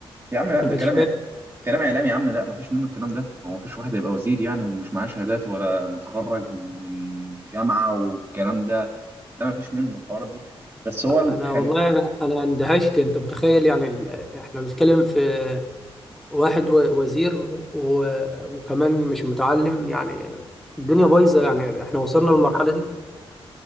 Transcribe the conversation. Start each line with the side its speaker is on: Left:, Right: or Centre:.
Right: يا عم
Centre: <laughs>
Right: لا ده
Centre: مش
Right: كلام
Centre: فاهم
Right: كلام اعلام يا عم لا ما فيش منه الكلام ده هو ما فيش واحد هيبقى وزير يعني ومش معاه شهادات ولا متخرج من جامعه والكلام ده لا ما فيش منه الحوارات دي بس هو ال-
Centre: انا
Right: خل...
Centre: والله انا انا اندهشت انت متخيل يعني ال... احنا بنتكلم في واحد و... وزير و... وكمان مش متعلم يعني الدنيا بايظه يعني احنا وصلنا للمرحله دي